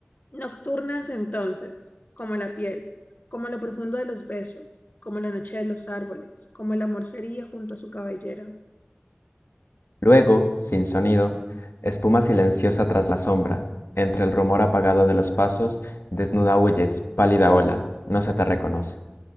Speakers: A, on the left; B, on the left.
A: Nocturnas entonces, como la piel, como lo profundo de los besos, como la noche de los árboles, como el amor sería junto a su cabellera.
B: Luego, sin sonido, espuma silenciosa tras la sombra, entre el rumor apagado de los pasos, desnuda huyes, pálida ola, no se te reconoce.